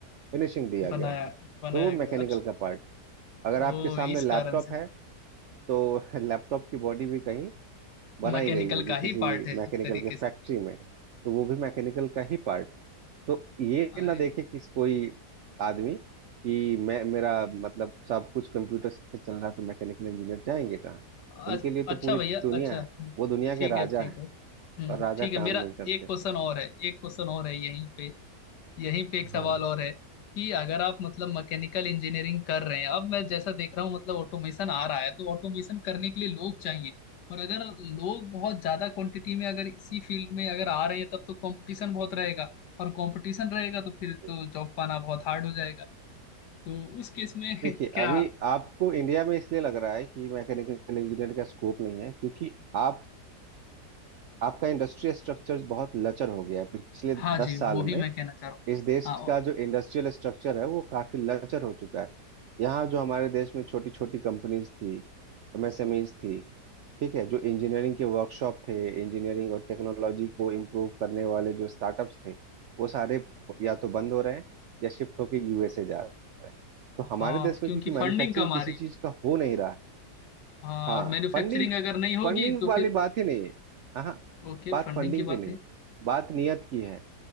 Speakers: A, on the right; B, on the left.
A: फिनिशिंग दिया
B: बनाया
A: गया होगा
B: बनाया
A: तो वो
B: गया
A: मैकेनिकल
B: अच्छा
A: का पार्ट है अगर
B: ओ
A: आपके सामने
B: इस
A: लैपटॉप
B: कारण से
A: है तो <laughs> लैपटॉप की बॉडी भी कहीं बनाई
B: मैकेनिकल
A: गई होगी
B: का
A: किसी
B: ही पार्ट है
A: मैकेनिकल
B: एक तरीके
A: के
B: से
A: फैक्ट्री में तो वो भी मैकेनिकल का ही पार्ट तो ये
B: अरे
A: ना देखे किसी कोई आदमी कि मैं मेरा मतलब सब कुछ कंप्यूटर से चल रहा है तो मैकेनिकल इंजीनियर जाएंगे कहाँ
B: अ-
A: उनके लिए तो
B: अच्छा
A: पूरी
B: भैया
A: दुनिया
B: अच्छा
A: है
B: हम्म,
A: वो दुनिया
B: ठीक
A: के राजा
B: है ठीक
A: हैं
B: है हम्म
A: और राजा
B: ठीक है
A: काम
B: मेरा
A: नहीं करते
B: एक क्वेश्चन और है एक क्वेश्चन और है यहीं पे यहीं पे एक सवाल
A: हाँ
B: और है कि अगर आप मतलब मैकेनिकल इंजीनियरिंग कर रहे हैं अब मैं जैसा देख रहा हूँ मतलब ऑटोमेशन आ रहा है तो ऑटोमेशन करने के लिए लोग चाहिए और अगर लोग बहुत ज्यादा क्वांटिटी में अगर इसी फील्ड में अगर आ रहे हैं तब तो कंपटीशन बहुत रहेगा और कंपटीशन रहेगा तो फिर
A: जी
B: तो जॉब पाना बहुत हार्ड हो जाएगा तो उस केस में
A: देखिए
B: <laughs> क्या
A: अभी आपको इंडिया में इसलिए लग रहा है कि मैकेनिकल इंजीनियर का स्कोप नहीं है क्योंकि आप आपका इंडस्ट्री स्ट्रक्चर बहुत लचर हो गया है पिछले
B: हाँ
A: दस
B: जी
A: साल
B: वो
A: में
B: ही मैं कहना चाह रहा हूँ
A: इस देश
B: हाँ और-
A: का जो इंडस्ट्रियल स्ट्रक्चर है वो काफी लचर हो चुका है यहाँ जो हमारे देश में छोटी छोटी कंपनीज थी एमएसएमईज थी ठीक है जो इंजीनियरिंग के वर्कशॉप थे इंजीनियरिंग और टेक्नोलॉजी को इम्प्रूव करने वाले जो स्टार्टअप्स थे वो सारे या तो बंद हो रहे हैं या शिफ्ट होके यूएसए जा रहे हैं तो हमारे
B: हाँ,
A: देश में
B: क्योंकि
A: क्योंकि मैन्युफैक्चरिंग
B: फंडिंग कम
A: किसी
B: आ रही
A: चीज
B: है।
A: का हो नहीं रहा है
B: हाँ
A: हाँ
B: और मैन्युफैक्चरिंग
A: फंडिंग
B: अगर नहीं होगी
A: फंडिंग
B: तो
A: वाली
B: फिर
A: बात ही नहीं है हाँ
B: ओके
A: बात
B: फंडिंग
A: फंडिंग
B: की
A: की
B: बात
A: नहीं
B: नहीं
A: बात नियत की है